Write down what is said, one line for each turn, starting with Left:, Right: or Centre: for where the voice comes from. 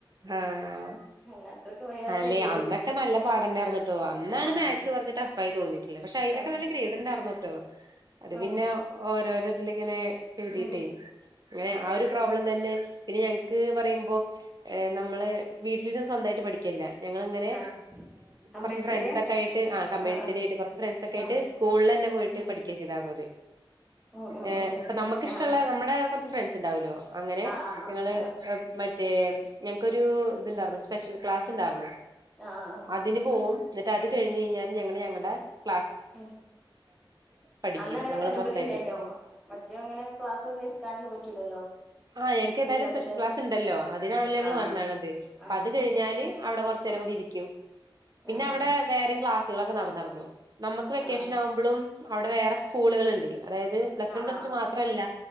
Right: ആഹ്
Centre: അങ്ങനെ അത്രക്ക് വയ്യാട്ടായി
Right: അല്ലെ
Centre: പോയി
Right: അന്നൊക്കെ
Centre: പിന്നെ
Right: നല്ല പാടന്നാരുന്നൂട്ടോ അന്നാണ്
Centre: ആ
Right: മാത്‍സ്
Centre: ആ
Right: കുറച്ചു ടഫ് <unintelligible> ല്ല പക്ഷെ അതിനൊക്കെ
Centre: ആ ആ
Right: നല്ല ഗ്രേഡ് ഉണ്ടാർന്നു അത്
Centre: ഉം
Right: പിന്നെ ഓരോരോ തിലിങ്ങനെ എഴുതീട്ടേ
Centre: ഉം
Right: അങ്ങനെ
Centre: ഉം
Right: ആ
Centre: ഉം
Right: ഒരു പ്രോബ്ലം തന്നെ പിന്നെ ഞങ്ങ്ക്ക് പറയുമ്പോ ഏഹ് നമ്മളെ വീട്ടിലിരിന്ന് സ്വന്തായിട്ട് പഠിക്കല്ല ഞങ്ങള്ങ്ങനെ
Centre: ആഹ് കമ്പൈൻ
Right: കൊറ്ച്ച്
Centre: സ്റ്റഡിയാ
Right: ഫ്രണ്ട്സ് ഒക്കെ ആയിട്ട് ആ കമ്പൈൻസ്റ്റഡി
Centre: ആഹ് ആഹ്
Right: ആയിട്ട് കൊറച്ച് ഫ്രണ്ട്സ് ഒക്കെയായിട്ട്
Centre: ആഹ്
Right: സ്കൂളെന്നെ പോയിട്ട്
Centre: ഉം
Right: പഠിക്ക്വാചെയ്താര്ന്നത്
Centre: ഉം ഉം
Right: ഏഹ്
Centre: ഉം ഉം
Right: അപ്പൊ നമുക്കിഷ്ടെള്ള
Centre: ആഹ്
Right: നമ്മെടെ കൊറ്ച്ച് ഫ്രണ്ട്സ് ഉണ്ടാവൂല്ലോ അങ്ങനെ
Centre: ആഹ് ആഹ് ആഹ്
Right: നിങ്ങള്
Centre: ആഹ്
Right: ഏഹ് മ റ്റേ ഞങ്ങക്കൊരു ഇതുണ്ടാർന്നു സ്പെഷ്യൽ ക്ലാസ് ഉണ്ടാർന്നു
Centre: ആഹ് ആഹ്
Right: അതിന് പോവും ന്നട്ട് അത് കഴിഞ്ഞ്
Centre: ഉം
Right: കഴിഞ്ഞാല് ഞങ്ങള് ഞങ്ങ ളെ
Centre: ഉം
Right: പഠിക്കും
Centre: അന്ന് അങ്ങനെയൊക്കെ
Right: ഞങ്ങള്
Centre: അനുമതി
Right: മൊത്തായിട്ട്
Centre: ഉണ്ടായിനോ മറ്റേ അങ്ങനെ ക്ലാസ് വന്ന് ഇരിക്കാനൊന്നും പറ്റൂലല്ലോ
Right: ആഹ് ഞങ്ങക്ക്
Centre: സ്കൂളില്ലാത്ത
Right: ഏതായാലും സ്പെഷ്യൽ
Centre: ടൈമിൽ
Right: ക്ലാസ് ഉണ്ടല്ലോ അതിനാണല്ലോ ഞങ്ങള്
Centre: ആഹ്
Right: വന്നണത് അപ്പൊ
Centre: ആഹ്
Right: അത് കഴിഞ്ഞാല്
Centre: ആഹ്
Right: അവിടെ കൊറച്ച് നേരം
Centre: ആഹ്
Right: കൂടി ഇരിക്കും പിന്നെ
Centre: ആഹ്
Right: അവടെ
Centre: ആഹ്
Right: വേറെയും ക്ലാസ് ട്ടികളൊക്കെ നടന്നാരുന്നു നമുക്ക് വെക്കേഷൻ
Centre: ആഹ്
Right: ആവുമ്പോളും അവിടെ വേറെ സ്കൂളുകള്ണ്ട് അതായത് plus
Centre: ah
Right: one plus
Centre: ആഹ് ആഹ്
Right: two മാത്രല്ല